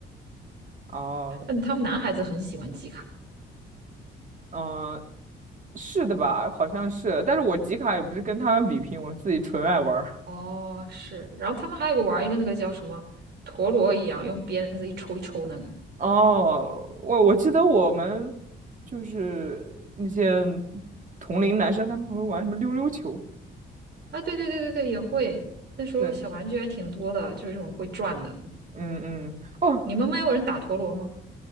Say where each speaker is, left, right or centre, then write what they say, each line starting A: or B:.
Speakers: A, on the right; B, on the right.
A: 哦，
B: 但他们男孩子很喜欢集卡。
A: 嗯、是的吧？好像是，但是我集卡也不是跟他们比拼，我自己纯爱玩。
B: 哦，是，然后他们还有个玩儿一个那个叫什么陀螺一样，用鞭子一抽一抽那个。
A: 哦，我我记得我们就是那些同龄男生，他们会玩什么溜溜球。
B: 啊，对对对对对，也会。那时候小玩具还挺多的，
A: 对，
B: 就是这种会转的。
A: 嗯嗯，哦，
B: 你们没有人打陀螺吗？